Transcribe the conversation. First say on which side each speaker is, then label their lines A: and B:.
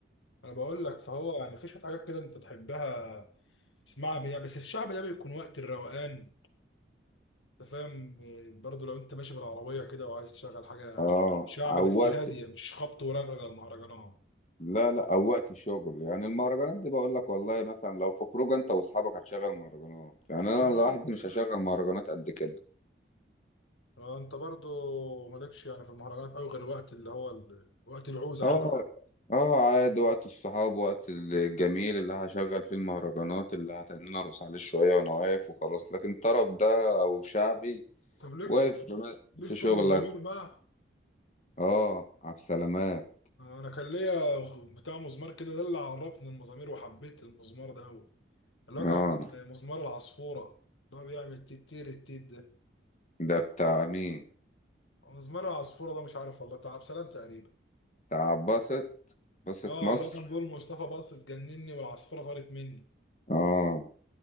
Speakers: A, on the left; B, on the left.
A: انا بقول لك فهو يعني في شويه حاجات كده انت تحبها تسمعها بيها بس الشعب ده بيكون وقت الروقان انت فاهم يعني برضه لو انت ماشي بالعربيه كده وعايز تشغل حاجه
B: اه
A: شعب
B: او
A: بس
B: وقت
A: هاديه مش خبط ورزع زي المهرجانات
B: لا لا او وقت الشغل يعني المهرجانات دي بقول لك والله مثلا لو في خروج انت واصحابك هتشغل مهرجانات يعني انا
A: انا بقول
B: لوحدي مش هشغل مهرجانات قد كده
A: آه، انت برضه مالكش يعني في المهرجانات قوي غير وقت اللي هو ال... وقت العوزه
B: اه
A: يعني
B: اه عادي وقت الصحاب وقت الجميل اللي هشغل فيه المهرجانات اللي هتنين ارقص عليه شويه وانا واقف وخلاص لكن طرب ده او شعبي
A: طب ليك
B: واقف بما-
A: ليك
B: في
A: في
B: شغلك
A: المزامير بقى
B: اه عبد السلامات
A: آه، انا كان ليا غ- بتاع مزمار كده ده اللي عرفني المزامير وحبيت المزمار ده قوي اللي
B: اه
A: هو كان مزمار العصفوره اللي هو بيعمل تيتير التيت
B: ده بتاع مين
A: مزمار العصفورة ده مش عارف والله بتاع عبد السلام تقريبا
B: بتاع باسط باسط
A: اه
B: مصر
A: اللي هو كان بيقول مصطفى باص اتجنني والعصفورة طارت مني
B: اه